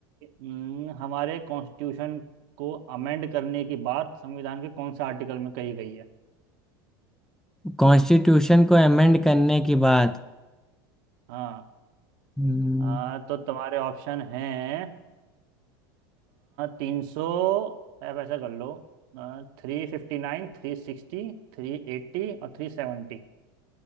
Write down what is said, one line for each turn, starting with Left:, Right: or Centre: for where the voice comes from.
Right: हम्म, हमारे कॉन्स्टिट्यूशन को अमेंड करने की बात संविधान के कौन से आर्टिकल में कही गई है
Centre: कॉन्स्टिट्यूशन को अमेंड करने की बात
Right: हाँ
Centre: हम्म
Right: आ, तो तुम्हारे ऑप्शन हैं तीन सौ आप ऐसा कर लो थ्री फिफ्टी नाइन थ्री सिक्सटी थ्री एट्टी और थ्री सेवेंटी